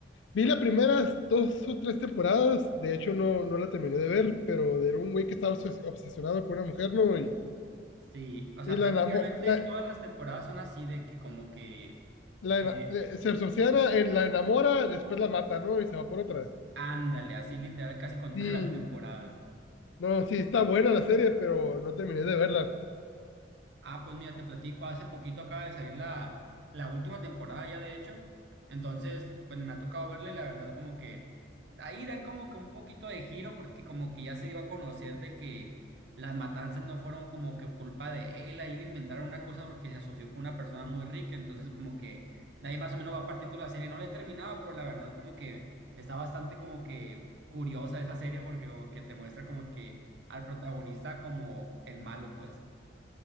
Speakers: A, on the left; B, on the right.
A: Vi las primeras dos o tres temporadas. De hecho, no, no la terminé de ver, pero era un güey que estaba obses- obsesionado con una mujer, ¿no? Y,
B: Sí, o sea,
A: y la
B: prácticamente
A: enamo- la,
B: todas las temporadas son así de que como que,
A: la
B: eh,
A: ena- eh, se obsesiona, eh, la enamora, después la mata, ¿no? Y se va por otra.
B: ándale, así literal, casi con
A: Sí,
B: todas las temporadas.
A: No, sí, está buena la serie, pero no terminé de verla.
B: Ah, pues mira, te platico, hace poquito acaba de salir la, la última temporada ya de hecho, entonces pues me ha tocado verla y la verdad como que ahí dan como que un poquito de giro porque como que ya se dio a conocer de que las matanzas no fueron como que culpa de él, ahí le inventaron una cosa porque se asoció con una persona muy rica, entonces como que de ahí más o menos va partiendo la serie, no la he terminado, pero la verdad como que está bastante como que curiosa esa serie porque como que te muestra como que al protagonista como el malo pues.